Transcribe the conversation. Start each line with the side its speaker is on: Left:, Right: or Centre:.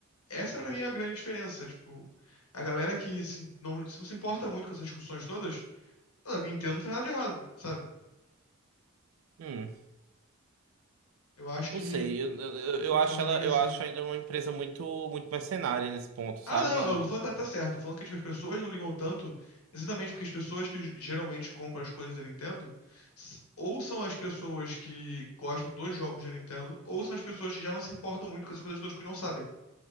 Left: Essa pra mim é a grande diferença. Tipo, a galera que se não, se não se importa muito com essas discussões todas, a Nintendo não faz nada de errado, sabe?
Right: uhum.
Left: Eu acho
Right: Não
Left: que
Right: sei, eu, eu, eu
Left: funciona
Right: acho ela,
Left: meio que assim.
Right: eu acho ainda uma empresa muito, muito mercenária nesse ponto, sabe?
Left: Ah, não, eu não tô falando que ela tá certa, tô falando que tipo, as pessoas não ligam tanto, exatamente porque as pessoas que geralmente compram as coisas da Nintendo, s- ou são as pessoas que gostam dos jogos da Nintendo, ou são as pessoas que já não se importam muito com essas coisas todas porque não sabem,